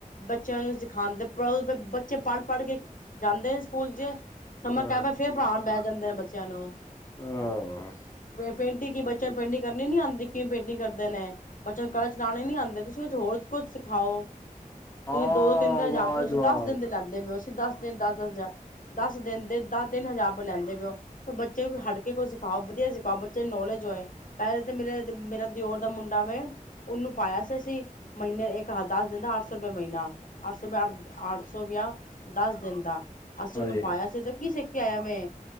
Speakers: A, on the left; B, on the left.
A: ਬੱਚਿਆਂ ਨੂੰ ਸਿਖਾਣਦੇ ਪ ਬੱਚੇ ਪੜ੍ਹ ਪੜ ਕੇ ਜਾਂਦੇ ਨੇ ਸਕੂਲ ਚ ਸਮਰ
B: ਹਾਂ
A: ਕੈਂਪ ਫੇਰ ਪੜਾਣ ਬਹਿ ਜਾਂਦੇ ਨੇ ਬੱਚਿਆਂ ਨੂੰ
B: <unintelligible>
A: ਹੈਂ ਪੇਂਟਿੰਗ ਬੱਚਿਆਂ ਨੂੰ ਪੇਂਟਿੰਗ ਕਰਨੀ ਨੀ ਆਉਂਦੀ ਕਿਵੇਂ ਪੇਂਟਿੰਗ ਕਰਦੇ ਨੇ। ਬੱਚਿਆਂ ਨੂੰ <unintelligible> ਚਲਾਣੇ ਨੀ ਆਂਦੇ ਤੁਸੀਂ ਹੋਰ ਕੁਛ ਸਿਖਾਓ
B: ਹਾਂ
A: ਤੁਸੀਂ ਦੋ ਦੋ ਤਿੰਨ ਤਿੰਨ ਜਾਰ
B: ਵਾਜਵਾਬ
A: ਤੁਸੀਂ ਦਸ ਦਿਨ ਦੇ ਲੈਂਦੇ ਪ ਹੋ ਦਸ ਦਿਨ ਦਸ- ਦਸ ਹਜ਼ਾਰ ਦਸ ਦਿਨ ਦੇ ਦਸ ਤਿੰਨ ਹਜ਼ਾਰ ਲੈਂਦੇ ਪੇ ਓ ਬੱਚੇ ਹਟ ਕੇ ਕੋਈ ਸਿਖਾਓ ਵਧੀਆ ਸਿਖਾਓ ਬੱਚੇ ਨੌਲੇਜ ਹੋਏ ਪਹਿਲੇ ਤਾਂ ਮੇਰੇ। ਮੇਰਾ ਦਿਓਰ ਦਾ ਮੁੰਡਾ ਵੇ ਉਹਨੂੰ ਪਾਇਆ ਸੀ ਅਸੀਂ ਮਹੀਨੇ ਇੱਕ ਦੱਸ ਦਿੰਨ ਦਾ ਅੱਠ ਸੌ। ਰੁਪਏ ਮ੍ਹੀਨਾ ਅੱਠ ਸੌ ਰੁਪਿਆ ਅੱਠ-ਅੱਠ ਸੌ ਗਿਆ ਦਸ ਦਿਨ ਦਾ ਅਸੀਂ
B: ਹਾਂਜੀ
A: ਉਹਨੂੰ ਪਾਇਆ ਸੀ ਤੇ ਕੀ ਸਿੱਖ ਕੇ ਆਇਆ ਵੇ